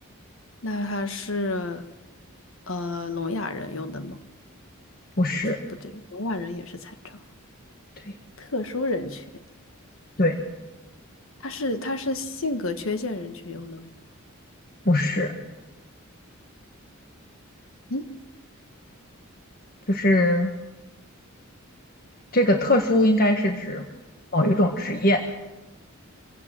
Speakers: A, on the left; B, on the left.
A: 那他是呃聋哑人用的吗？
B: 不是，
A: 不对，聋哑人也是残障，
B: 对
A: 特殊人群。
B: 对，
A: 他是他是性格缺陷人群用的吗？
B: 不是，
A: 嗯，
B: 就是这个特殊应该是指某一种职业。